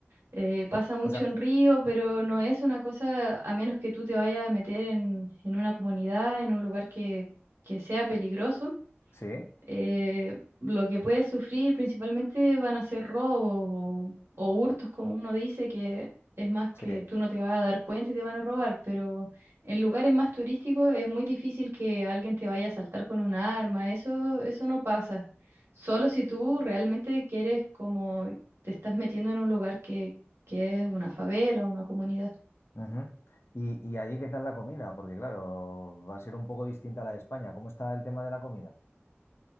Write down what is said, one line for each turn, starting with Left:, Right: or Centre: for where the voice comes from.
Right: Eh, pasa mucho
Left: O sea,
Right: en Río, pero no es una cosa, a menos que tú te vayas a meter en, en una comunidad, en un lugar que, que sea peligroso
Left: sí,
Right: eh, lo que puede sufrir principalmente van a ser robos o, o hurtos, como uno dice, que es más
Left: sí.
Right: que tú no te vas a dar cuenta y te van a robar, pero en lugares más turísticos es muy difícil que alguien te vaya a asaltar con un arma, eso, eso no pasa. Solo si tú realmente quieres como te estás metiendo en un lugar que, que es una favela o una comunidad.
Left: ujú. Y, y allí, ¿qué tal la comida? Porque claro, va a ser un poco distinta a la de España. ¿Cómo está el tema de la comida?